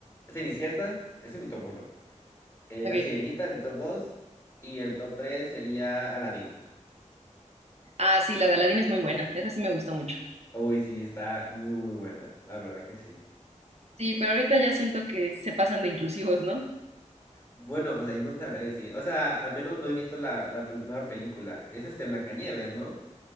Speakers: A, on the left; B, on the right.
A: Cenicienta, ese es mi top uno, Eh,
B: Ok.
A: La Sirenita, mi top dos Y el top 3 sería Aladdin.
B: Ah, sí, la de Aladdin es muy buena. Esa sí me gustó mucho.
A: Uy, sí, está muy, muy buena. La verdad que sí.
B: Sí, pero ahorita ya siento que se pasan de inclusivos, ¿no?
A: Bueno, pues ahí no te sabría decir. O sea, al menos no he visto la, la pel- nueva película. Es este Blancanieves, ¿no?